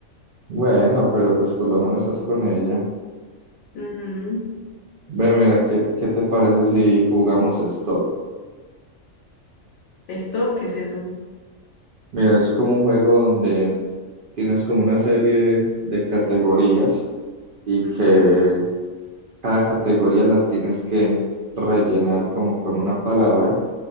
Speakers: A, on the right (about 70°); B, on the left (about 65°).
A: Bueno, pero pues por lo menos estás con ella.
B: <laughs> Ujú.
A: Ve, mira, ¿qué, qué te parece si jugamos stop?
B: Stop, ¿qué es eso?
A: Mira, es como un juego donde tienes como una serie de categorías y
B: Ujú.
A: que cada categoría la tienes que rellenar como con una palabra,